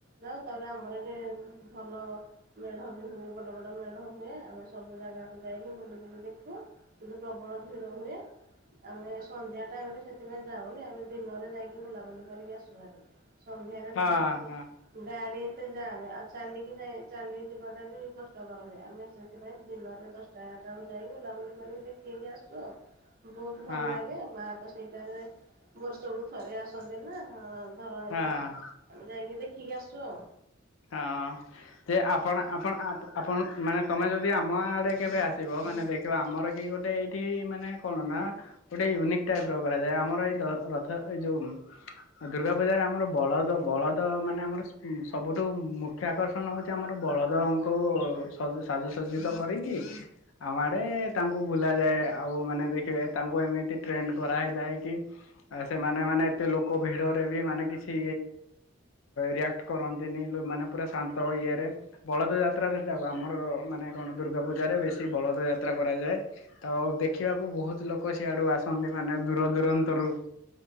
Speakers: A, on the right (about 45°); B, on the left (about 75°).
A: ଯାଉ ଆମର ଯେ ଭଲ ମେଢ଼ ବି ହୁଏ, ବଡ଼ ବଡ଼ ମେଢ଼ ହୁଏ, ଆମେ ସବୁ ଜାଗାକୁ ଯାଇକି ବୁଲି ବୁଲି ଦେଖୁ। କିନ୍ତୁ ପ୍ରବଳ ଭିଡ଼ ହୁଏ। ଆମେ ସନ୍ଧ୍ୟା ଟାଇମ ରେ ସେଥିପାଇଁ ଯାଉନି, ଆମେ ଦିନରେ ଯାଇକି ବୁଲାବୁଲି କରି ଆସୁ ଭାରି। ସନ୍ଧ୍ୟାରେ
B: ହଁ
A: ତ ଜୋକ୍ ହୁଏ।
B: ହଁ
A: ଗାଡ଼ି ଏତେ ଯାଏନି ଆଉ ଚାଲିକି ଯିବାଟା ବି କଷ୍ଟକର ହୁଏ। ଆମେ ସେ ସେଥିପାଇଁ ଦିନରେ ଦଶଟା ଏଗାରଟା ବେଳକୁ ଯାଇ ବୁଲାବୁଲି କରି ଦେଖି ଦେଇକି ଆସିଛୁ ଆଉ। ବହୁତ ଭଲ
B: ହଁ
A: ଲାଗେ। ମାଆ ତ ସେଇ ଟାଇମରେ ବର୍ଷକୁ ଥରେ ଆସନ୍ତି ନା। ଧରଣ
B: ହଁ।
A: ଧର ଆମେ ଯାଇକି ଦେଖିକି ଆସୁ ଆଉ।
B: ହଁ, ଯେ, ଆପଣ ଆପଣ ଆ-ଆପଣ ମାନେ ତମେ ଯଦି ଆମ ଆଡ଼େ କେବେ ଆସିବ? ମାନେ ଦେଖ ଦେଖିବ ଆମର କି ଗୋଟେ ଏଇଠି ମାନେ କଣ ନା? ଗୋଟେ ୟୁନିକ୍ ଟାଇପ୍ ର କରାଯାଏ। ଆମର ଏଇ ଯୋଉ ରଥ ଏଇ ଯୋଉ ଦୁର୍ଗା ପୂଜାରେ ଆମର ବଳଦ ବଳଦ ମାନେ ଆମର ସବୁ। ବୁଠୁ ମୁଖ୍ୟ ଆକର୍ଷଣ ହଉଛି, ଆମର ବଳଦଙ୍କୁ ସବୁ ସାଜସଜ୍ଜିତ କରିକି। ଆମ ଆଡ଼େ ତାଙ୍କୁ ବୁଲାଯାଏ। ଆଉ ମାନେ ଦେଖିବେ ତାଙ୍କୁ ଏମିତି ଟ୍ରେଣ୍ଡ କରା ହୋଇଥାଏ କି? ଆ ସେମାନେ ମାନେ ଏତେ ଲୋକ ଭିଡରେ ବି ମାନେ କିଛି ରିଆକ୍ଟ କରନ୍ତି? ସେ ନେଇ ଲୋ, ମାନେ ପୂରା ଶାନ୍ତ ଇଏ ରେ। ବଳଦ ଯାତ୍ରା ସେଟା ଆମର ମାନେ ଦୁର୍ଗା ପୂଜାରେ ବେଶି ବଳଦ ଯାତ୍ରା କରାଯାଏ। ତ ଦେଖିବାକୁ ବହୁତ ଲୋକ ସିଆଡୁ ଆସନ୍ତି, ମାନେ ଦୂର ଦୂରାନ୍ତରୁ।